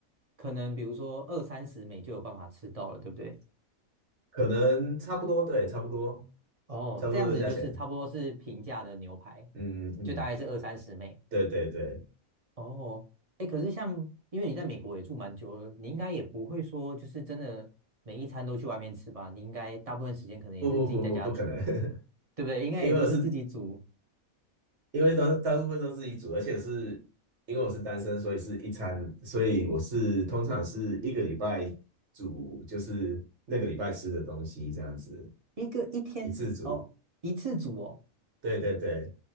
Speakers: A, on the right (about 40°); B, on the right (about 55°).
A: 可能比如说二三十美就有办法吃到了，对不对？
B: 可能差不多，对，差不多，
A: 哦，
B: 差不多的价钱。
A: 这样子就是差不多是平价的牛排，
B: 嗯嗯嗯，
A: 就大概是二三十美。
B: 对对对，
A: 哦，哎，可是像因为你在美国也住蛮久了，你应该也不会说就是真的每一餐都去外面吃吧？你应该大部分时间可能也是自己在家煮，
B: 不不不不不可能，
A: 对不对？
B: <laughs>
A: 应该也都是自己煮。
B: 因为我是因为都大部分都自己煮，而且是因为我是单身，所以是一餐，所以我是通常是一个礼拜煮，就是那个礼拜吃的东西这样子，
A: 一个一天哦，
B: 一次煮。
A: 一次煮哦，
B: 对对对，